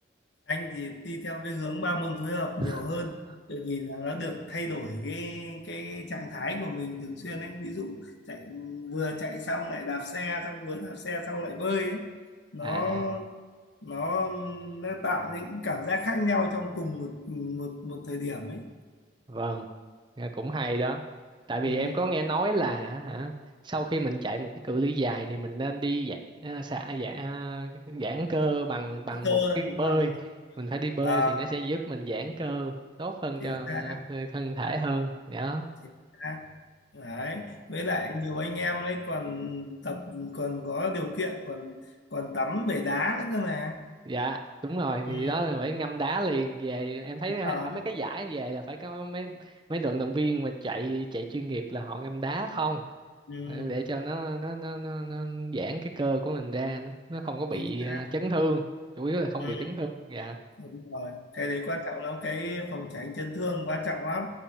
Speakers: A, on the left; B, on the right.
A: anh thì đi theo cái hướng ba môn phối hợp nhiều
B: <laughs>
A: hơn tại vì là nó được thay đổi cái cái trạng thái của mình thường xuyên ấy ví dụ chạy vừa chạy xong lại đạp xe xong vừa đạp xe xong lại bơi ấy. nó
B: à
A: nó nó tạo những cảm giác khác nhau trong cùng một một một thời điểm ấy
B: vâng nghe cũng hay đó tại vì
A: ừ,
B: em có nghe nói là hả sau khi mình chạy một cái cự ly dài thì mình nên đi giãn à, xả giãn giãn cơ bằng bằng
A: cơ
B: một cái
A: đúng
B: bơi
A: rồi
B: mình phải đi bơi
A: à,
B: thì nó sẽ giúp mình giãn cơ tốt hơn
A: chính
B: cho
A: xác
B: thân thể hơn đó
A: chính xác đấy với lại nhiều anh em đấy còn tập còn có điều kiện còn còn tắm bể đá nữa cơ mà
B: dạ đúng rồi
A: Ừ,
B: thì đó là phải ngâm đá liền về em thấy
A: đúng
B: ở
A: rồi.
B: mấy cái giải về là phải có mấy mấy vận động viên mà chạy chạy chuyên nghiệp là họ ngâm đá không
A: Ừ,
B: Ờ, để cho nó nó nó nó, nó giãn cái cơ của mình ra nó, nó không có bị
A: chính xác.
B: à, chấn thương chủ yếu là không
A: Ừ,
B: bị chấn thương dạ
A: đúng rồi. Cái đấy quan trọng lắm, cái phòng tránh chấn thương quan trọng lắm.